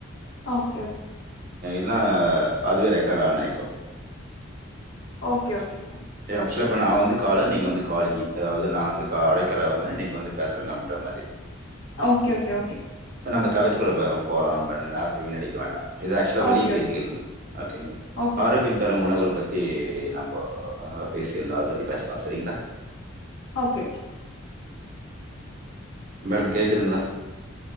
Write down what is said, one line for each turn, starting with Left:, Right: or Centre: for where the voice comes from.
Left: ஓகே ஓகே
Right: ன்னா அதுவே ரெக்கார்ட் ஆன் ஆய்க்கு
Left: ஓகே ஓகே
Right: ஆக்சுவலா இப்ப நா வந்து காலர் நீங்க வந்து காலி அதாவது நா வந்து அழைக்கறவே நீங்க வந்து பேசுறங்க அப்டின்ற மாரி
Left: ஓகே ஓகே ஓகே
Right: நம்ப தலைப்புகுள்ள பே போலான் நேரத்த வீணடிக்க வேண்டா இது ஆக்சுவலா வெளிய
Left: ஓகே ஓகே ஓகே
Right: பேசிகிறனு ஓகேங்க
Left: ஓகே
Right: ஆரோக்கியம் தரும் உணவுகள பத்தி நம் ஆஹ் பேசிர்லா அத பத்தி பேஷ்லா சரிங்களா
Left: ஓகே ஓகே
Right: மேடம் கேக்குதுங்ளா?